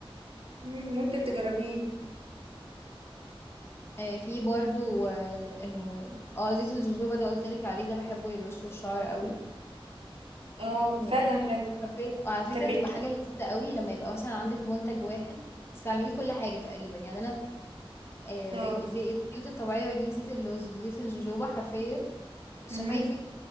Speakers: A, on the right; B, on the left.
A: مم، ممكن تجربيه
B: آه، في برضو اه آه، آه، زيت الجوجوبا ده قلت لك عليه ده بحبه للوش والشعر قوي
A: اه
B: آه،
A: فعلا حلو
B: حرفيا وعلى فكرة
A: طب بت-
B: بتبقى حاجة لذيذة قوي لما يبقى مثلا عندك منتج واحد تستعملي كل حاجة تقريبا يعني أنا آه،
A: اه
B: ب- زي- الزيوت الطبيعية بجيب زيت اللوز وزيت الجوجوبا حرفيا شفايفك
A: مهم.